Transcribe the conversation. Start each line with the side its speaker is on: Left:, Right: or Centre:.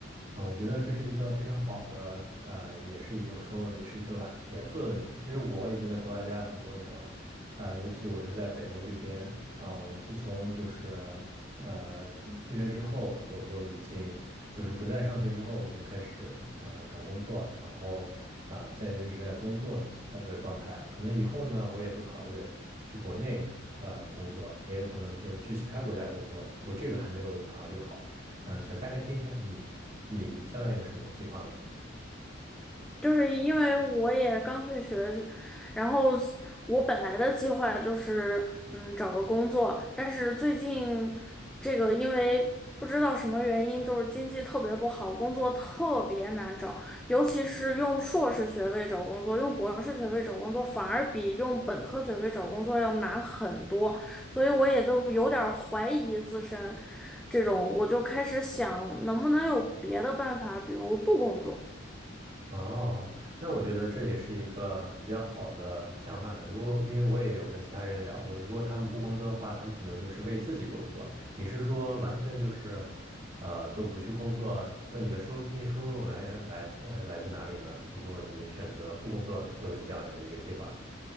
Right: 嗯，我觉得这是一个非常好的，呃，也是有时候也是一个晚严肃的问题。其实我已经在国外待了很多年了，呃，尤其我是在北欧这边，啊、我自从就是呃退学之后，我就已经就是不再上学之后，我就开始呃找工作，然后啊、呃现在就一直在工作呃的状态。可能以后呢，我也会考虑去国内呃工作，也有可能就是去其他国家工作，我这个还没有考虑好。呃，想大概听一下你你将来有什么计划呢？
Centre: 就是因为我也刚退学，就然后我本来的计划就是嗯找个工作，但是最近这个因为不知道什么原因，就是经济特别不好，工作特别难找，尤其是用硕士学位找工作，用博士学位找工作反而比用本科学位找工作要难很多，所以我也就有点儿怀疑自身，这种我就开始想能不能有别的办法，比如不工作。
Right: 哦，那我觉得这也是一个比较好的想法呢。如果因为我也有跟其他人聊过，如果他们不工作的话，他们可能就是为自己工作。你是说完全就是，呃，都不去工作？那你的收经济收入来源来呃来自哪里呢？如果你选择不工作作为你将来的一个计划。